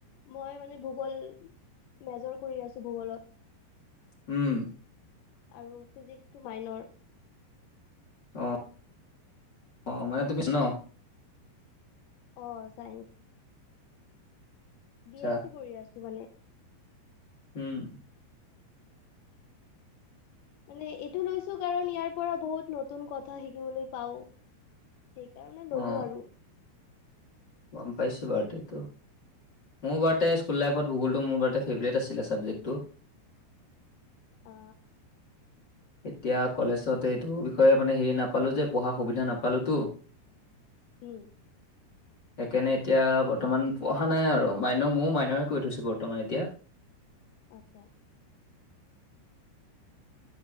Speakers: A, on the left (about 75°); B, on the left (about 50°).
A: মই মানে ভূগোল মেজৰ কৰি আছোঁ ভূগোলত।
B: উম।
A: আৰু ফিজিক্সটো মাইনৰ।
B: অ', অ' মানে তুমি ইচ ন'?
A: অ' চাইন্স।
B: আচ্ছা
A: বি এছ চি কৰি আছোঁ মানে।
B: উম।
A: মানে এইটো লৈছোঁ কাৰণ ইয়াৰপৰা বহুত নতুন কথা শিকিবলৈ পাও। সেইকাৰণে ললোঁ
B: অ
A: আৰু।
B: গম পাইছোঁ, বাৰ্টডে টো। মোৰ বাৰ তে স্কুল লাইফত, ভূগলটো মোৰ বাৰ টে ফেভৰেট আছিলে ছাবজেক্টটো।
A: আ।
B: এতিয়া কলেজত, এইটো বিষয়ে মানে হেৰি নাপালোঁ যে পঢ়াৰ সুবিধা নাপালোতো।
A: উম।
B: সেইকাৰণে এতিয়া বৰ্তমান পঢ়া নাই আৰু মাইন' মইয়ো মাইনৰে কৰি থৈছোঁ, বৰ্তমান এতিয়া।
A: আতচ্ছা।